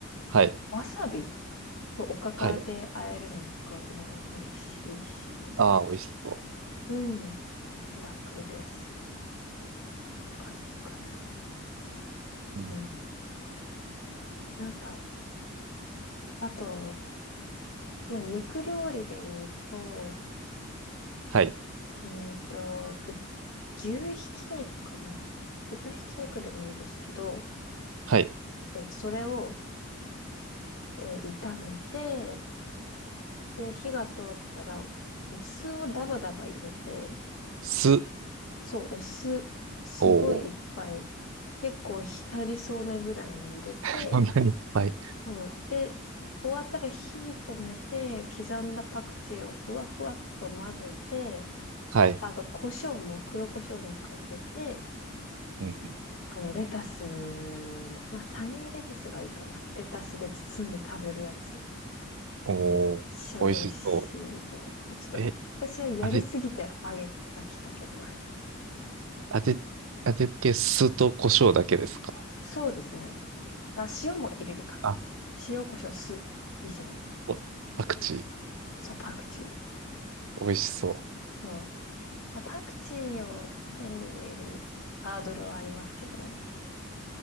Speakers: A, on the right; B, on the left.
A: はい、
B: わさびとおかかで和えるのとかも美味しいし、
A: はい。ああ、美味しそ
B: うん、楽です。感じかな。
A: う。うん、
B: うん。なんか、あと、まあ、肉料理で言うと、
A: はい、
B: うんと、ぐ牛ひき肉かな。豚ひき肉でもいいですけど、
A: はい。
B: それを、えー炒めて、で、火が通ったら、お酢をダバダバ入れて、
A: 酢。
B: そう、お酢、すごいいっぱい。
A: おお、
B: 結構浸りそうなぐらいに入れて、
A: <laughs> そんなにいっぱい。
B: そう。で、終わったら火止めて、刻んだパクチーをふわふわっと混ぜて、
A: はい。
B: あと、胡椒も、黒胡椒もかけて、
A: うん、
B: あの、レタス、まあ、サニーレタスがいいかな。レタスで包んで食べるやつ。
A: おお、
B: めっちゃ美味しいですよ。
A: 美味しそ
B: ちょっと、
A: う。え、
B: 私はやりすぎてあげ、
A: あれ、
B: 飽きたけど。
A: 味、味付け酢と胡椒だけですか
B: そうですね。あ、塩も入れるか。
A: あ、
B: 塩コショ酢以上。
A: おパクチ
B: そう、パクチー。
A: ー。美味しそ
B: そう。まあ、パクチーを手に入れるハードルはありますけど、